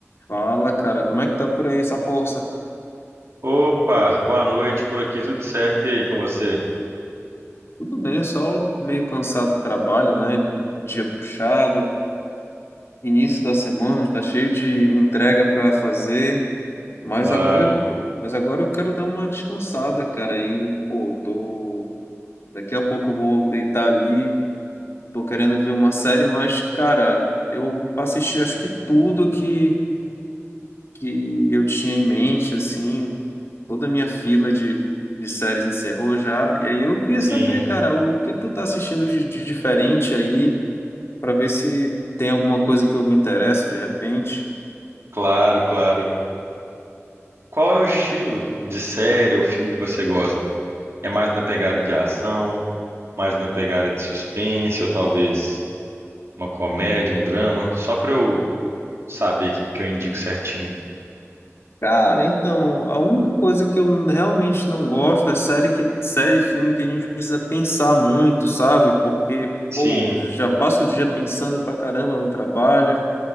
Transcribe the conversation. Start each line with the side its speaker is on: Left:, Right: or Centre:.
Left: Fala, cara, como é que tá por aí essa força?
Right: Opa, boa noite, por aqui tudo certo, e aí com você?
Left: Tudo bem, só meio cansado do trabalho, né? Dia puxado, início da semana, tá cheio de entrega pra fazer, mas
Right: Claro,
Left: agora, mas agora eu quero dar uma descansada, cara. E, pô, tô... daqui a pouco eu vou deitar ali, tô querendo ver uma série, mas, cara, eu assisti acho que tudo que, que eu tinha em mente, assim, Toda a minha fila de, de séries encerrou já. E aí eu queria
Right: sim,
Left: saber, cara, o que que tu tá assistindo de, de diferente aí, pra ver se tem alguma coisa que eu me interesso de repente.
Right: claro, claro. Qual é o estilo de série ou filme que você gosta? É mais na pegada de ação, mais na pegada de suspense, ou talvez uma comédia, um drama, só pra eu saber o que que eu indico certinho.
Left: Cara, então, a única coisa que eu realmente não gosto é série que série e filme que a gente precisa pensar muito, sabe? Porque,
Right: Sim,
Left: pô, já passa o dia pensando pra caramba no trabalho.